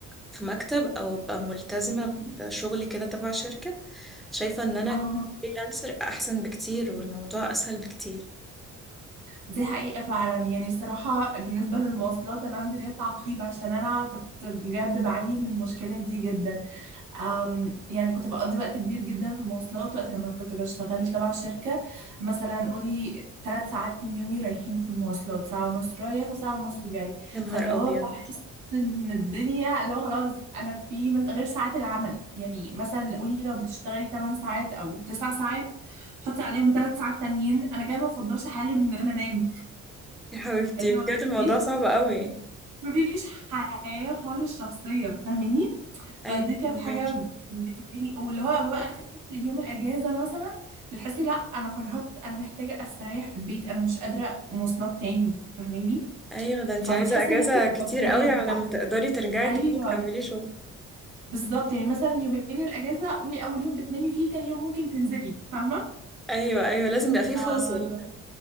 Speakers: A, in the centre; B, on the right.
A: في مكتب أو أبقى ملتزمة بشغل كده تبع شركة شايفة إن أنا
B: اه
A: فريلانسر أحسن بكتير والموضوع أسهل بكتير
B: دي حقيقة فعلا يعني الصراحة بالنسبة للمواصلات أنا عندي ليا تعقيب عشان أنا كنت بجد بعاني من المشكلة دي جدا أم يعني كنت بقضي وقت كبير جدا في المواصلات وقت لما كنت بشتغل تبع شركة مثلا قولي ثلاث ساعات من يومي رايحين في المواصلات ساعة ونص رايح وساعة ونص جاي
A: يا نهار
B: فاللي هو
A: أبيض
B: بحس ان الدنيا لو خلاص انا في مس- غير ساعات العمل يعني مثلا قولي لو بتشتغلي 8 ساعات او 9 ساعات حطي عليهم 3 ساعات تانيين انا كده ما بفضلش حاجة غير ان انا انام
A: يا حبيبتي
B: اللي
A: بجد
B: هو
A: الموضوع
B: <laughs>
A: صعب قوي
B: مفيش حياة خالص شخصية فاهماني فدي
A: أيوة
B: كانت
A: فهماكي.
B: حاجة بتواجهني او اللي هو وقت يوم الاجازة مثلا بتحسي لا انا فرهدت انا محتاجة استريح في البيت انا مش قادرة مواصلات تاني فاهماني
A: أيوة ده أنت
B: فبتحسي
A: عايزة أجازة
B: ان انت في
A: كتير
B: دوامة
A: قوي على
B: بقى
A: ما تقدري ترجعي
B: ايوه
A: تاني تكملي شغل
B: بالظبط يعني مثلا يومين الاجازة قولي اول يوم بتنامي فيه تاني يوم ممكن تنزلي فاهمة
A: ايوه ايوه لازم يبقى فيه فاصل
B: آه،